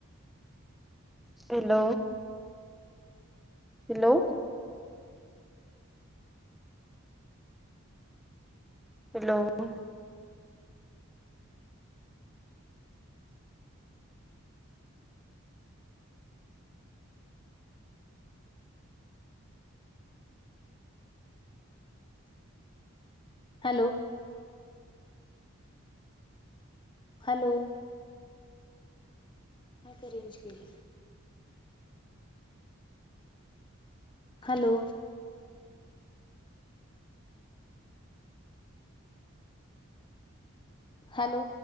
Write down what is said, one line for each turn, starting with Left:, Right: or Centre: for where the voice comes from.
Centre: hello hello hello
Left: hello hello हता रेंज गेली हॅलो हॅलो